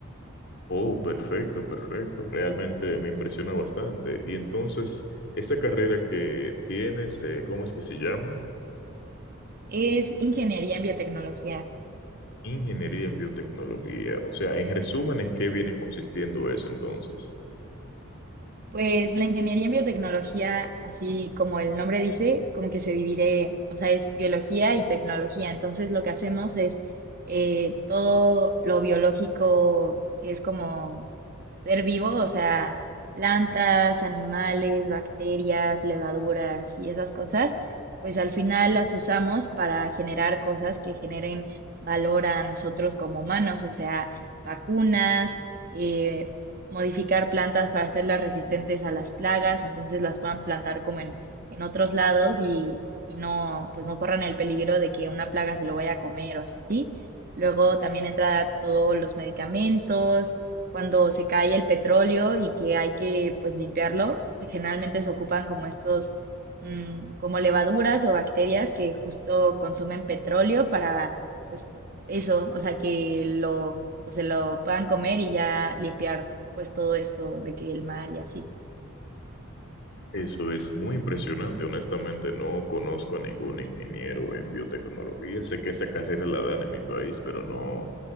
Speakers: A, on the left; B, on the right.
A: Oh, perfecto, perfecto. Realmente me impresiona bastante. Y entonces, esa carrera que tienes, eh, ¿cómo es que se llama?
B: Es ingeniería en biotecnología.
A: Ingeniería en biotecnología. O sea, en resumen, ¿en qué viene consistiendo eso entonces?
B: Pues la ingeniería en biotecnología, así como el nombre dice, como que se divide, o sea, es biología y tecnología. Entonces lo que hacemos es eh, todo lo biológico, que es como ser vivo, o sea, plantas, animales, bacterias, levaduras y esas cosas, pues al final las usamos para generar cosas que generen valor a nosotros como humanos, o sea, vacunas, eh, modificar plantas para hacerlas resistentes a las plagas, entonces las puedan plantar como en, en otros lados y, y no, pues no corran el peligro de que una plaga se lo vaya a comer o así. Luego también entra todos los medicamentos, cuando se cae el petróleo y que hay que pues limpiarlo, se- generalmente se ocupan como estos, mm, como levaduras o bacterias que justo consumen petróleo para pues eso, o sea que lo, pues, se lo puedan comer y ya limpiar pues todo esto de que el mar y así.
A: Eso es muy impresionante. Honestamente, no conozco a ningún ingeniero en biotecnología. Sé que esa carrera la dan en mi país, pero no,